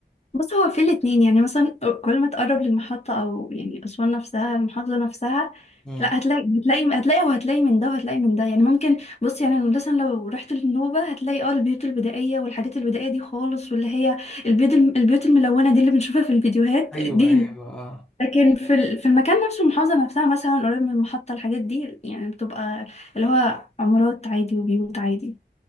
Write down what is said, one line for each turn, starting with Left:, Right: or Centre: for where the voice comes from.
Left: بص هو في الاتنين يعني مثلا كل ما تقرب للمحطة أو يعني أسوان نفسها المحافظة نفسها
Centre: مم.
Left: لا هتلاقي هتلاقي هتلاقي وهتلاقي من ده وهتلاقي من ده يعني ممكن بص يعني أنا مثلا لو رحت للنوبة هتلاقي اه البيوت البدائية والحاجات البدائية دي خالص واللي هي البيوت البيوت الملونة دي اللي بنشوفها في الفيديوهات
Centre: ايوه
Left: دي
Centre: ايوه
Left: هنا.
Centre: اه
Left: لكن في ال- في المكان نفسه المحافظة نفسها مثلا قريب من المحطة الحاجات دي يعني بتبقى اللي هو عمارات عادي وبيوت عادي